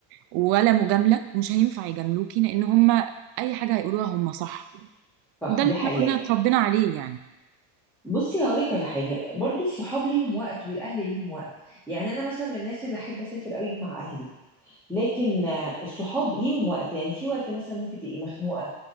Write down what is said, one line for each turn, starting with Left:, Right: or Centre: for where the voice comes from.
Right: ولا مجاملة ومش هينفع يجاملوكي لان هما اي حاجة هيقولوها هما صح
Centre: صح
Right: وده اللي
Centre: دي حقيقة
Right: احنا كلنا اتربينا عليه يعني
Centre: بصي هقولك على حاجة برضو الصحاب ليهم وقت والأهل ليهم وقت يعني أنا مثلا من الناس اللي أحب أسافر قوي مع أهلي لكن آه، الصحاب ليهم وقت يعني في وقت مثلا ممكن تبقي مخنوقه